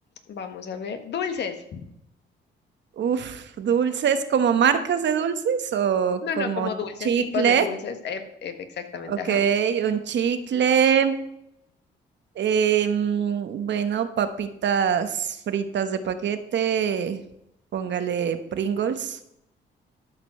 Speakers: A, on the left (about 60°); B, on the right (about 65°).
A: Vamos a ver. Dulces.
B: Uf, dulces, ¿como marcas de dulces o
A: No,
B: como
A: no, como dulces,
B: chicles?
A: tipos de dulces. Ep, ep, exactamente,
B: Ok,
A: ajá.
B: un chicle. em, bueno, papitas fritas de paquete. Póngale Pringles.